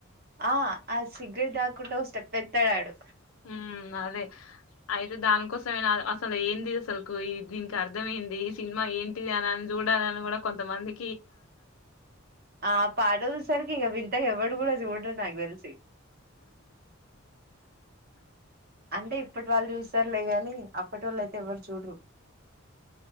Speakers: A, on the right; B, on the left.
A: ఆ ఆ సిగ్రెట్ దాకు కుంట ఒక స్టెప్ ఏస్తాడు అడు
B: ఉ అదే అయితే దానికోసం ఎన అసలు ఏంది అసలుకు దీనికి అర్ధం ఏంది ఈ సినిమా ఏంటిది అని అని చూడాలని కూడా కొంతమంది
A: ఆ పాటా చూసే సరికి వి ఇంత ఎవడు కూడా చూడరు నాకు తెల్సి అంటే ఇప్పటి వాళ్ళు చూస్త తర్లే గానీ అప్పటి వాళ్ళు అయితే ఎవ్వరు చూడరు